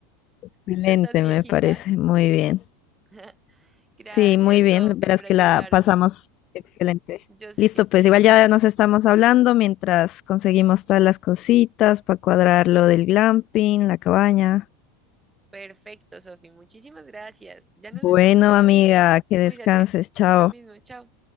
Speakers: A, on the left; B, on the right.
A: Excelente,
B: Ya estás viejita.
A: me parece. Muy bien.
B: <laughs> Gracias,
A: Sí, muy bien.
B: Sofi,
A: Verás
B: por
A: que
B: ayudarme.
A: la pasamos excelente.
B: Yo sé
A: Listo,
B: que sí.
A: pues igual ya nos estamos hablando mientras conseguimos todas las cositas para cuadrar lo del glamping, la cabaña.
B: Perfecto, Sofi. Muchísimas gracias. Ya nos
A: Bueno,
B: estamos charlando.
A: amiga, que descanses,
B: Cuídate.
A: chao.
B: Lo mismo, chao.